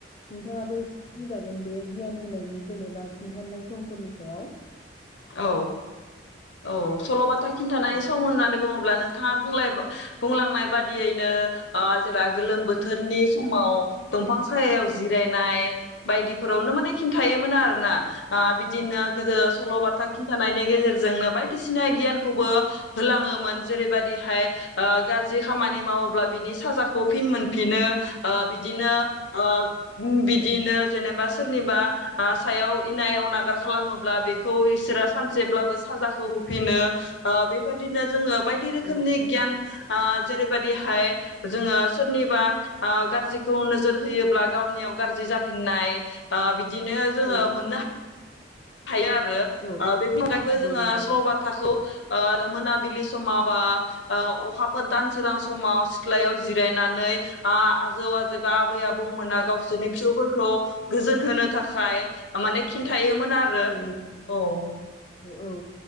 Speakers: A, on the left; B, on the left.
A: नोंथाङाबो एसे बुंजागोन बे गियान होनायनि जेनोबा खिन्थानाय समफोरनि सायाव।
B: औ औ सल'बाथा खिनथानानै
A: औ
B: सम होननानै बुङो ब्ला नोंथाङा बुंलाय बुंलांनाय बादियैनो ओ जेब्ला गोलोम बोथोरनि समाव दंफां सायाव जिरायनाय बायदिफोरावनो माने खि थायोमोन आरो ना ओ बि दिनो गोदो सल' था खिनथानायनि गेजेर जोंनो बायदिसिना गियानखौबो होलाङोमोन जेरैबायदिहाय ओ गाज्रि खामानि मावोब्ला बिनि साजाखौ फिन मोन फिनो ओ बिदिनो ओ ओम बिदिनो जेनोबा सोरनिबा आ सायाव इनाय अनागार खालामोब्ला बेखौ इ सोरा सानसेब्लाबो साजाखौ होफिनो ओ बेबदिनो जोङो बायदि रोखोमनि
A: औ
B: गियान ओ जेरैबायदिहाय जोङो सोरनिबा ओ गाज्रिखौ नो जोर होयोब्ला गावनियाव गाज्रि जा फिननाय ओ बि दिनो जोङो
A: औ
B: मोननो हा थायो आरो
A: औ
B: ओ बेफोरनि अनगायैबो जोङो
A: औ औ
B: सल'बाथाखौ ओ मोनाबिलि समा बा ओ अखा फोर दान सोरां समाव सि थ्लायाव जिरायनानै ओ आजौ आजैबा आबै आबौमोना गावसोरनि फिसौफोरखौ गोजोन होनो थाखाय माने खिन्थायोमोन आर ओ
A: औ नंगौ
B: औ।
A: औ औ